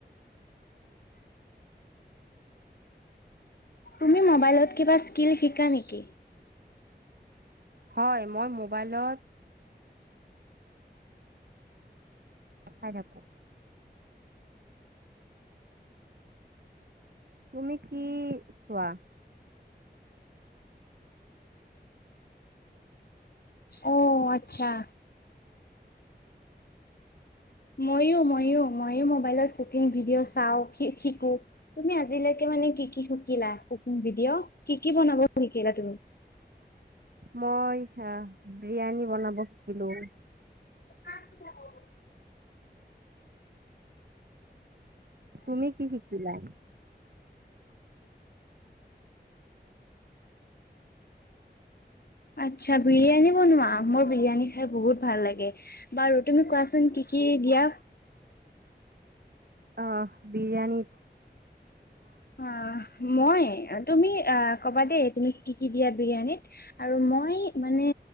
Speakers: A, on the left; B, on the right.
A: তুমি মোবাইলত কিবা স্কীলচ শিকা নেকি?
B: হয় মই মোবাইলত। চাই থাকো। তুমি কি চোৱা?
A: অ আচ্ছা। মইও মইও মইও মবাইলত কুকিং ভিডিঅ' চাওঁ, শিকো। তুমি আজিলেকে। মানে কি কি শিকিলা কোকিং ভিডিঅ', কি কি বনাব শিকিলা তুমি?
B: মই আ বিৰিয়ানী বনাব শিকিলোঁ।
A: <inaudible>
B: তুমি কি শিকিলা?
A: আচ্ছা বিৰিয়ানী বনোৱাা মোৰ বিৰিয়ানী খাই বহুত ভাল লাগে। বাৰু তুমি কোৱাচোন কি কি দিয়া?
B: অহ বিৰিয়াণি।
A: আহ, মই তুমি আহ ক'বা দেই তুমি কি কি দিয়া বিৰিয়ানীত আৰু মই মানে